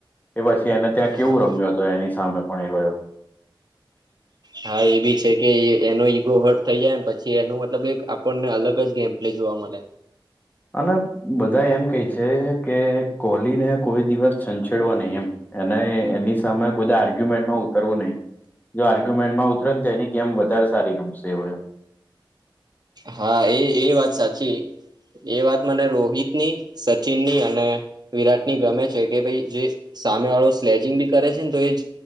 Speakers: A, on the left (about 20°); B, on the right (about 50°).
A: એ પછી એને ત્યાં કેવું
B: હા
A: રમ્યો હતો એની સામે પણ એ રહયો.
B: હા એ બી છે કે એનો ઈગો હટ થઈ જાય પછી એનું મતલબ એક આપણને અલગ જ ગેમ. લી જોવા મળ.
A: અને બધા એમ કહે છે કે કોહલીને કોઈ દિવસ છંછેડવા નહીં એમ. એના એની સામે કોઈ આર્ગ્યુમેન્ટમાં ઉતરવું નહિ. જો આર્ગ્યુમેન્ટમાં ઉતરે તો એની ગેમ વધારે સારી રમશે એવયો.
B: હા એ એ વાત સાચી. એ વાત મને રોહિતની સચિનની અને વિરાટની ગમે છે કે ભાઈ જે. સામે વાળો સ્લેચિંગ બી કરે છે ને તો એ જ